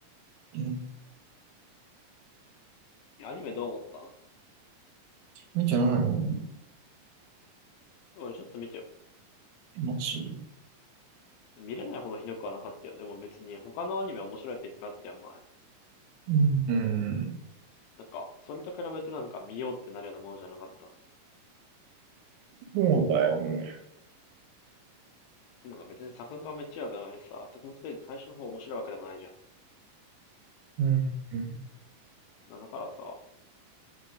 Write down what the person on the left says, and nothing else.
いや、アニメどう思った
俺ちょっと見てよ。
見れないほどひどくはなかったよ。でも別に他のアニメ面白いやついっぱいあったやん、前。
なんか、それと比べてなんか見ようってなるようなものじゃなかった。
なんか別に作画がめっちゃ良くないしさ、作物で最初の方面白いわけでもないじゃん。
なだからさ、